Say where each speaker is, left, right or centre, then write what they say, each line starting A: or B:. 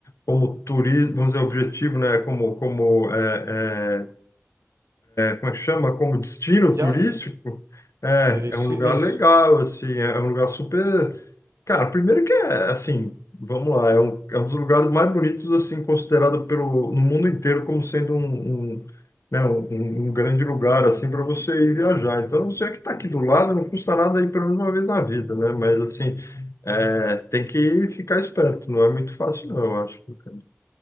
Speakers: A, on the left; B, on the right.
A: como turismo, vamos dizer, objetivo, né? Como, como é, é, como é que chama, como destino
B: Viagem.
A: turístico, é,
B: É, Isso,
A: é um lugar
B: isso.
A: legal, assim, é é um lugar super. Cara, primeiro que é, assim, vamos lá, é um, é um dos lugares mais bonitos, assim, considerado pelo, no mundo inteiro como sendo um, um, né, um, um um grande lugar, assim, para você ir viajar. Então, se é que está aqui do lado, não custa nada ir pelo menos uma vez na vida, né? Mas, assim, é, tem que ficar esperto, não é muito fácil, não, eu acho. cara.